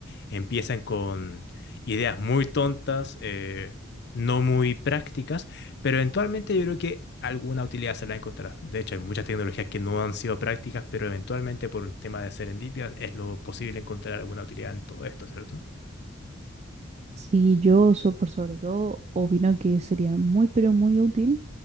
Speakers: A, on the left (about 55°); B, on the right (about 30°).
A: Empiezan con ideas muy tontas, eh, no muy prácticas, pero eventualmente yo creo que alguna utilidad se la va a encontrar. De hecho, hay muchas tecnologías que no han sido prácticas, pero eventualmente por un tema de serendipia es lo posible encontrar alguna utilidad en todo esto, ¿cierto?
B: Sí, yo so- por sobre todo opino que sería muy pero muy útil